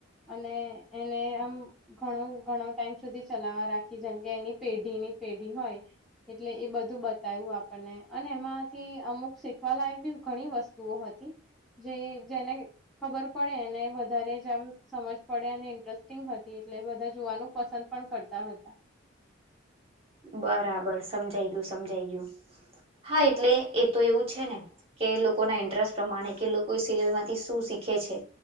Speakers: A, in the centre; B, on the right.
A: અને એને આમ ઘણું ઘણો ટાઈમ સુધી ચલાવવા રાખી જેમ કે એની પેઢીની પેઢી હોય એટલે એ બધું બતાવું આપણને અને એમાંથી અમુક શીખવા લાયક બય ઘણી વસ્તુઓ હતી જે જેને ખબર પડે એને વધારે જ આમ સમજ પડે અને ઇન્ટરેસ્ટિંગ હતી એટલે બધા જોવા પસંદ પણ કરતા હતા
B: બરાબર સમજાઈ ગયું સમજાઈ ગયું હા એટલે એ તો એવું છે ને કે લોકો ના ઇન્ટરેસ્ટ પ્રમાણે કે લોકો સિરિયલ માંથી શું શીખ શીખે છે